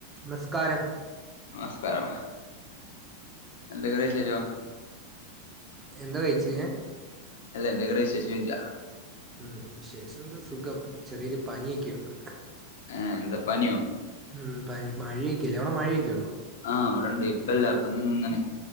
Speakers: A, on the right (about 20°); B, on the left (about 60°).
A: നമസ്കാരം.
B: മസ്കാരം എന്തൊക്ക വിശേഷം?
A: എന്താ കഴിച്ചേ ഹേ?
B: അല്ല എന്തൊക്ക ഉണ്ട് വിശേഷം ചോയ്ക്യാ?
A: ഉം വിശേഷം എന്ത് സുഖം ചെറിയ ഒരു പനി ഒക്കെ ഉണ്ട്.
B: ആ എന്താ പന്യോ?
A: ഉം പനി മഴെ ഒക്കെ അല്ലേ അവിടെ മഴെ ഒക്കെ ഉണ്ടോ?
B: ആഹ് ഇവടണ്ട് ഇപ്പല്ല ഇപ്പന്ന് നിന്ന് ണ്.